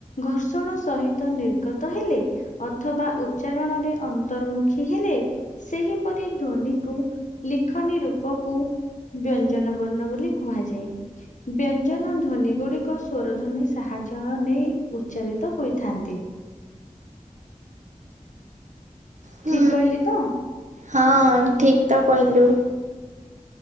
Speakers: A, on the left; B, on the right.
A: ଘର୍ଷଣ ସହିତ ନିର୍ଗତ ହେଲେ। ଅଥବା ଉଚ୍ଚାରଣରେ ଅନ୍ତର୍ମୁଖୀ ହେଲେ। ସେହିପରି ଧୋନିକୁ ଲିଖନୀ ରୂପକୁ। ବ୍ୟଞ୍ଜନ ବର୍ଣ୍ଣ ବୋଲି କୁହାଯାଏ। ବ୍ୟଞ୍ଜନ ଧ୍ୱନି ଗୁଡିକ ସ୍ୱରଧ୍ୱନି ସାହାଯ୍ୟ ନେଇ ଉଚ୍ଚାରିତ ହୋଇଥାନ୍ତି।
B: ହୁଁ
A: ଠିକ କହିଲି ତ।
B: ହଁ ଠିକ ତ କହିଲୁ।